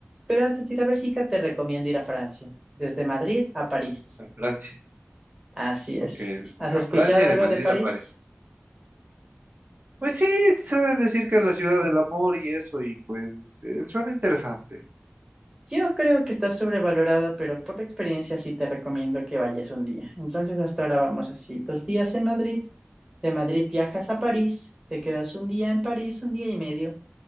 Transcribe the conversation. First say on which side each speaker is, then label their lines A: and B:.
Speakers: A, on the right; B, on the right.
A: pero antes de ir a Bélgica te recomiendo ir a Francia, desde Madrid a París.
B: A Francia,
A: Así es.
B: ok,
A: ¿Has
B: a
A: escuchado
B: Francia y
A: algo
B: de Madrid
A: de París?
B: a París. Pues sí, suelen decir que es la ciudad del amor y eso, y pues eh, suena interesante.
A: Yo creo que está sobrevalorada, pero por la experiencia sí te recomiendo que vayas un día. Entonces, hasta ahora vamos así, dos días en Madrid, de Madrid viajas a París, te quedas un día en París, un día y medio.